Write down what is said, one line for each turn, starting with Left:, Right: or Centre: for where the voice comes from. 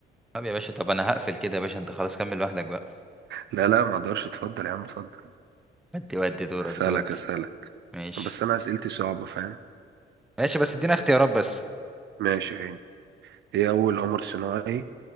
Centre: طب يا باشا طب انا هقفل كده يا باشا انت خلاص كمل لوحدك بقى.
Right: لا لا ما اقدرش اتفضل يا عم اتفضل
Centre: ودي ودي دورك
Right: هسألك
Centre: دورك
Right: هسألك
Centre: ماشي
Right: بس انا اسئلتي صعبة فاهم
Centre: ماشي بس ادينا اختيارات بس
Right: ماشي يا عيني ايه اول قمر صناعي